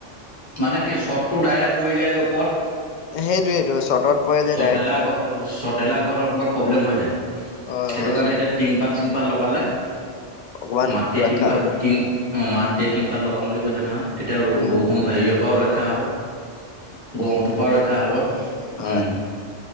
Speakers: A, on the left (about 35°); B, on the left (about 50°).
A: মানে কি শ্বটটো ডাইৰেক্ট পৰি যায় যে ওপৰত
B: সেইটোৱেইটো চৰ্টত পৰে যে
A: চৰ্ত
B: ডাইৰেক্ট
A: ঢেলাই ঘৰত চৰ্ত ঢেলাই ঘৰত অকমান প্ৰব্লেম হৈ যায়
B: হয়
A: সেইটো
B: হয়
A: কাৰণে এতিয়া টিং পাত তিংপাত লগালে
B: অকমান
A: মাটি
B: ৰক্ষা
A: টিংপা
B: হ'ব
A: টিং অ মাত এতিয়া টিংপাত লগাম বুলি কৈছে নহয়, তেতিয়া অ
B: উম
A: বষুণ হেৰিয়ৰ পৰাও ৰক্ষা হ'ব। গৰমটোৰ পৰা ৰক্ষা হব।
B: হয়
A: উম।